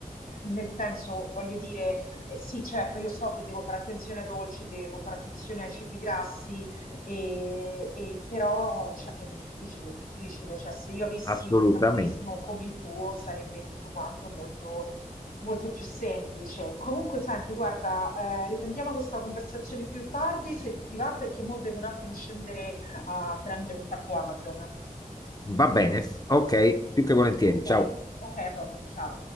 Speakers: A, on the left; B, on the left.
A: nel senso, voglio dire, eh, sì, certo, io so che devo fare attenzione ai dolci, devo fare attenzione ai cibi grassi, e, e però cioè, è difficile, è difficile, cioè se io avessi
B: assolutamente.
A: un metabolismo come il tuo sarebbe tutto quanto molto Molto più semplice. Comunque, senti, guarda, eh, riprendiamo questa conversazione più tardi se ti va, perché mo devo un attimo scendere a prendere un pacco Amazon.
B: Va bene, ok, più che volentieri,
A: Ok,
B: ciao.
A: ok, a dopo, ciao.